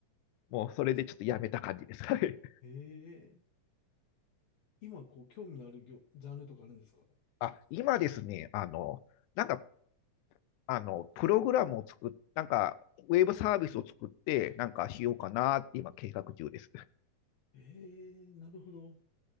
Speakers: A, on the left; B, on the left.
A: もうそれでちょっとやめた感じですかね。
B: じゃあ、ええ今、こう、興味のある業、ジャンルとかあるんですか
A: <laughs> あ、今ですね、あの、なんかあの、プログラムを作っ、なんか、ウェブサービスを作って、なんかしようかなって今計画中です。
B: ええなるほど。